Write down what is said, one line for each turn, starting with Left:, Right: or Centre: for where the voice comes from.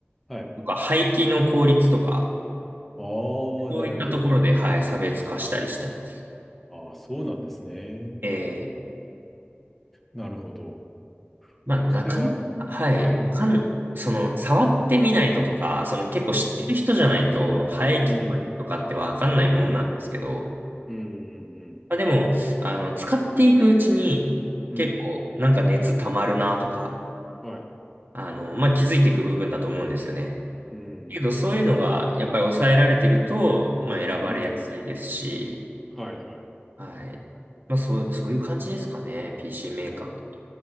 Centre: はい。
Right: とか、廃棄の効率とか、
Centre: ああ、
Right: そういったところで、
Centre: なるほど。
Right: はい、差別化したりしてます。
Centre: ああ、そうなんですね。
Right: ええ、
Centre: なるほど。
Right: まあ、なかなか、
Centre: それは、
Right: はい、
Centre: はい。
Right: わかん、その、触ってみないととか、その結構知ってる人じゃないと、
Centre: うん、
Right: 排気効率とかってわかんないもんなんですけど、
Centre: うん、うん、うん、うん、うん、
Right: まあ、でも、あの、使っていくうちに、
Centre: うん
Right: 結構、なんか熱溜まるなとか、
Centre: はい、
Right: あの、まあ、気づいていく部分だと思うんですよね。
Centre: うん、
Right: けど、そういうのが、やっぱり抑えられてると、まあ、選ばれやすいですし、
Centre: うん、はい、はい。
Right: はい。まあ、そう、そういう感じですかね。PC メーカー。
Centre: なるほ